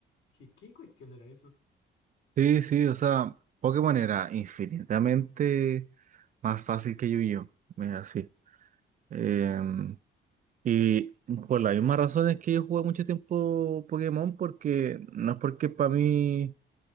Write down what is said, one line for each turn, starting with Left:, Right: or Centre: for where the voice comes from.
Left: ¿Qué, qué cuestión era eso?
Right: Sí, sí, o sea, Pokémon era infinitamente más fácil que Yu-Gi-Oh! Es así. Em, y por la misma razón es que yo jugué mucho tiempo Pokémon, porque no es porque para mí